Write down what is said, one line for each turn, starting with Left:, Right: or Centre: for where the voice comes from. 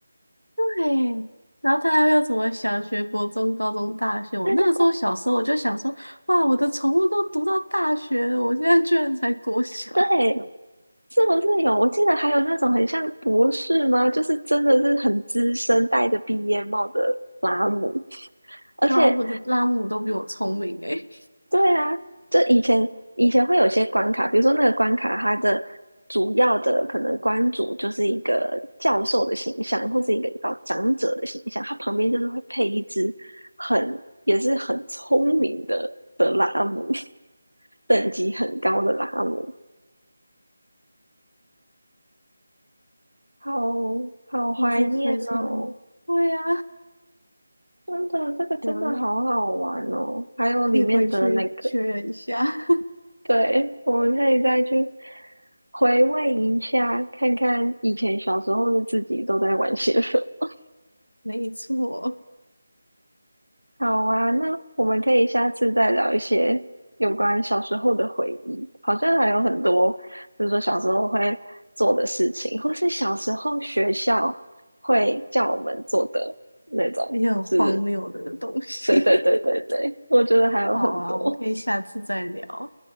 Left: 对。然后大家又什么小学、国中、高中、大学？我那个时候小时候我就想说，
Right: 对对对
Left: 哇，我的宠物都读到大学了，我现在居然才国小，
Right: 对，是不是有？我记得还有那种很像博士吗？就是真的是很资深，戴着毕业帽的拉姆。<laughs> 而且
Left: 对啊，我的拉姆都比我聪明诶、
Right: 对啊，就以前以前会有些关卡，比如说那个关卡，它的主要的可能关主就是一个教授的形象，或是一个比较长者的形象，它旁边就是会配一只很也是很聪明的的拉姆，<laughs> 等级很高的拉姆，好好怀念哦！
Left: 就是非常，对啊，
Right: 真的，这个真的好好玩哦，
Left: 有
Right: 还有里面的那个。
Left: 可以回去确认一下。<laughs>
Right: 对，我们可以再去回味一下，看看以前小时候的自己都在玩些什么。
Left: 没错，
Right: 好啊，那我们可以下次再聊一些有关小时候的回忆，好像还有很多，比如说小时候会做的事情，或是小时候学校会叫我们做的那种，
Left: 一些很荒谬的东西。
Right: 就是对对对对对，
Left: <laughs>
Right: 我觉得还有很多。
Left: 好啊，我们可以下次再聊。